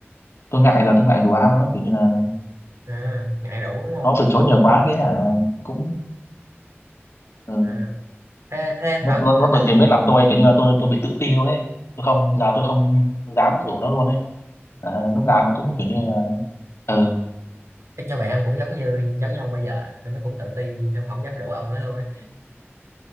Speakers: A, on the left; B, on the right.
A: tôi ngại là tôi ngại đùa ai luôn đó kiểu như là
B: à ngại đủ đúng không
A: nó từ chối nhiều quá cái hả cũng ừ,
B: à, thế thế hả
A: nó nó
B: à,
A: nó
B: tại-
A: từ mới làm tôi kiểu như là tôi tôi bị tự ti luôn ấy tôi không giờ tôi không dám rủ nó luôn ấy à, lúc nào nó cũng kiểu như là ừ,
B: chắc nhau bạn cũng giống như giống như ông bây giờ tụi nó cũng tự ti xong không dám rủ ông nữa luôn ấy